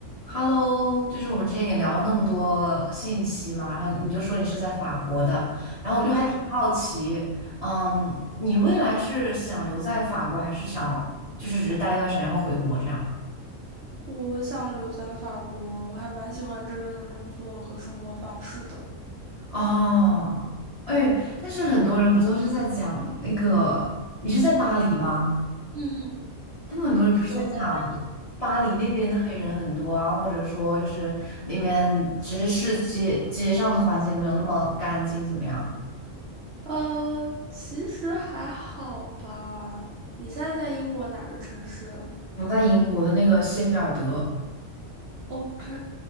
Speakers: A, on the left; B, on the right.
A: Hello，就是我们之前也聊了那么多信息嘛，然后你就说你是在法国的，然后我就还挺好奇，
B: 是的，
A: 嗯，你未来是想留在法国，还是想就是只是待一段时间然后回国这样？
B: 我想留在法国，我还蛮喜欢这边的工作和生活方式的。
A: 哦，哎，但是很多人不都是在讲那个，你是在巴黎吗？
B: 嗯嗯，
A: 他们很多人不是在讲巴黎那边的黑人很多啊，
B: 是的，我在巴黎。
A: 或者说就是那边其实是街街上的环境没有那么干净，怎么样？
B: 呃，其实还好吧。你现在在英国哪个城市
A: 我在英国的那个谢菲尔德，
B: ？OK，